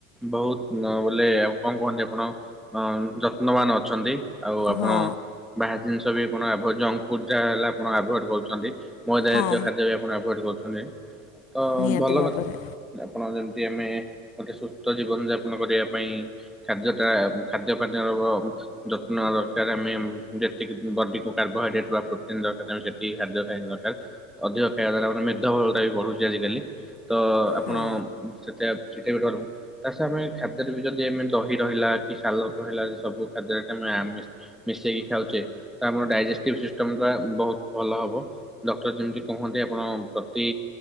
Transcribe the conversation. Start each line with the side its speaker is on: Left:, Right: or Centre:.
Centre: ବହୁତ ବୋଲେ କଣ କୁହନ୍ତି। ଆପଣ ଅ ଯତ୍ନବାନ ଅଛନ୍ତି। ଆଉ ଆପଣ
Left: ହଁ
Centre: ବାହାର ଜିନିଷ ବି ଆଣ ଆଭ ଜଙ୍କ ଫୁଡ ଯାହା ହେଲା ଆପଣ ଆଭଏଡ଼ କରୁଛନ୍ତି। ମଇଦା
Left: ହଁ
Centre: ଜାତୀୟ ଖାଦ୍ୟ ବି ଆପଣ ଆଭଏଡ଼ କରୁଛନ୍ତି। ତ
Left: ନିହାତି
Centre: ଭଲ
Left: ଭାବରେ
Centre: କଥା। ଆପଣ ଯେମିତି ଆମେ ଗୋଟେ ସୁସ୍ଥ ଜୀବନ ଯାପନ କରିବା ପାଇଁ ଖାଦ୍ୟ ଟା ଖାଦ୍ୟ ପାନୀୟ ଯତ୍ନ ଦରକାର ଆମେ ଯେତିକି ବଡି କୁ କାର୍ବୋହାଇଡ୍ରେଟ ବା ପ୍ରୋଟିନ ଦରକାର ସେଟିକି ଖାଦ୍ୟ ଖାଇ ଦରକାର ଅଧିକ ଖାଇବା ଦ୍ଵାରା ଆ ମେଧବହୁଳତା ବି ବଢୁଛି ଆଜିକାଲି। ତ ଆପଣ
Left: ହଁ
Centre: ସେତ ସେଇଟା ବି ରହିଲ ତା ଆମେ ଖାଦ୍ୟରେ ବି ଯଦି ଏମିତି ଦହି ରହିଲା କି ସାଲ ରହିଲା ଯେ ସବୁ ଖାଦ୍ୟରେେ ମିଶେଇକି ଖାଉଛେ। ତ ଆମର ଡାଇଜେଷ୍ଟିଭ୍ ସିଷ୍ଟମ ଟା ବହୁତ ଭଲ ହବ ଡକ୍ଟର ଯେମିତି କହନ୍ତି। ଆପଣ ପ୍ରତି